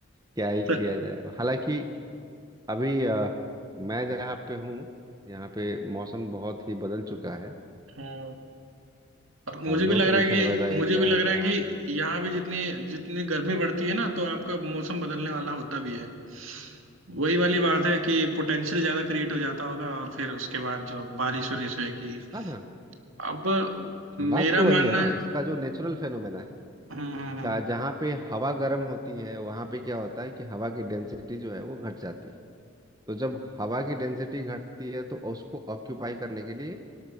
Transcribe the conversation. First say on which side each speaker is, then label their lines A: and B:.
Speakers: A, on the right; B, on the right.
A: क्या ही
B: तो-
A: किया जाए हालांकि अभी अ, मैं जहाँ पे हूँ यहाँ पे मौसम बहुत ही बदल चुका है
B: हम्म और मुझे भी
A: लो
B: लग
A: प्रेशर
B: रहा है कि
A: वाला
B: मुझे
A: एरिया
B: भी लग
A: है तो
B: रहा है
A: यहाँ
B: कि यहाँ भी जितनी जितनी गर्मी बढ़ती है ना तो आपका मौसम बदलने वाला होता भी है वही वाली बात है कि पोटेंशियल ज्यादा क्रिएट हो जाता होगा और फिर उसके बाद जो बारिश वारिश होगी
A: हाँ हाँ
B: अब
A: तो बात
B: मेरा
A: तो वही
B: मानना
A: है ना
B: है
A: इसका जो नेचुरल फेनोमेना है
B: हम्म, हम्म,
A: क्या जहाँ पे हवा गर्म होती है वहाँ पे क्या होता है कि हवा की डेंसिटी जो है वो घट जाती है तो जब हवा की डेंसिटी घटती है तो उसको ऑक्यूपाई करने के लिए